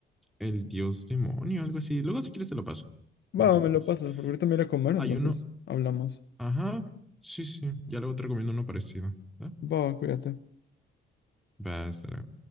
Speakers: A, in the centre; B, on the left.
A: el dios demonio, algo así. Luego si quieres te lo paso, no
B: Va,
A: te preocupes.
B: me lo pasas, porque ahorita me iré a comer,
A: Hay
B: entonces
A: uno,
B: hablamos.
A: ajá, sí, sí, ya luego te recomiendo uno parecido. ¿no?
B: Va, cuídate.
A: Va, hasta luego.